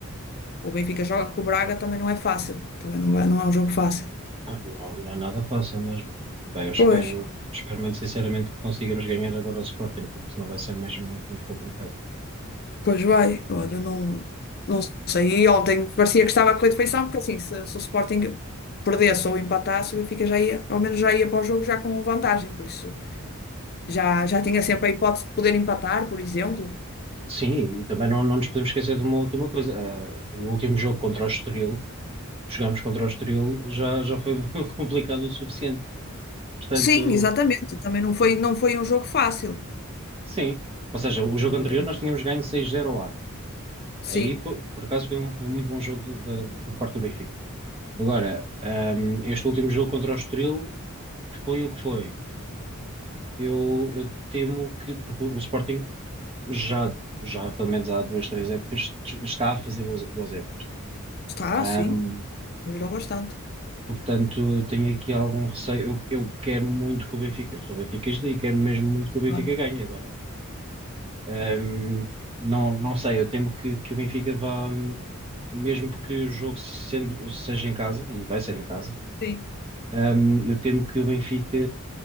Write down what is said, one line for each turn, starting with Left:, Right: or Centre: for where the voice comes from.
Left: o Benfica joga com o Braga também não é fácil. Também não, vai- não é um jogo fácil.
Right: Ah, não, não é nada fácil mesmo. Bem, eu espero,
Left: Pois,
Right: espero muito sinceramente que consigamos ganhar agora ao Sporting, porque senão vai ser mesmo muito, muito complicado.
Left: pois vai. Olha, não, não sei. E ontem parecia que estava com a correr de feição porque assim, se, se o Sporting perdesse ou empatasse, o Benfica já ia, ao menos já ia para o jogo já com vantagem. Por isso. Já, já tinha sempre a hipótese de poder empatar, por exemplo.
Right: Sim, e também não, não nos podemos esquecer de uma última coisa. Ah, o último jogo contra o Estoril, jogámos contra o Estoril, já, já foi <laughs> complicado o suficiente. Portanto,
Left: Sim, exatamente. Também não foi, não foi um jogo fácil.
Right: sim. Ou seja, o
Left: Também
Right: jogo anterior
Left: ganhou.
Right: nós tínhamos ganho seis zero ao Aves.
Left: Sim,
Right: Aí, por, por acaso, foi um, foi um muito bom jogo do- da- por parte do Benfica. Agora, ah, este último jogo contra o Estoril foi o que foi. Eu, eu temo que, porque o Sporting já, já pelo menos há duas, três épocas, está a fazer boas, boas épocas.
Left: está,
Right: Ahm,
Left: sim. Melhorou bastante.
Right: portanto, eu tenho aqui algum receio. Eu, eu quero muito que o Benfica, eu sou benfiquista e quero mesmo muito que o Benfica
Left: Claro.
Right: ganhe agora. Ahm, não, não sei, eu temo que, que o Benfica vá, hum, mesmo que o jogo sendo, seja em casa, e vai ser em casa,
Left: Sim,
Right: hum, eu temo que o Benfica